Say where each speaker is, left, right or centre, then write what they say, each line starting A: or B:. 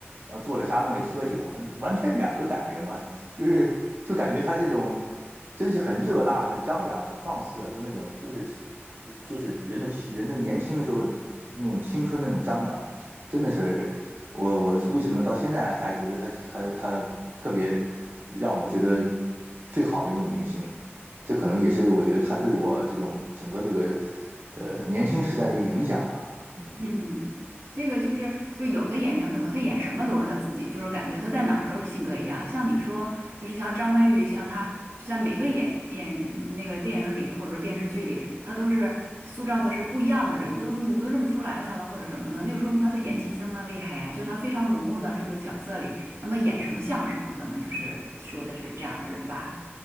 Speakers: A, on the right; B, on the right.
A: 然后坐在沙漠里喝酒，那完全两个感觉嘛，就是就感觉他这种真是很热辣、很张扬、很放肆啊，就那种就是就是人的青人的年轻的时候那种青春那种张扬，真的是我我为什么到现在还觉得他他他特别让我觉得最好的一个女明星，这可能也是我觉得她对我这种整个这个呃年轻时代的一个影响吧，嗯。
B: 嗯，这个就是，就有的演员可能他演什么都是他自己，就是感觉他在哪儿都是性格一样。像你说，就是像张曼玉，像她就在每个演演那个电影里或者说电视剧里，她都是塑造的是不一样的人，都你都认不出来她了或者什么的，那就说明她的演技相当厉害呀，
A: 嗯，
B: 就是她非常融入到这个角色里，那么演什么像什么，可能就是说的是这样的人吧。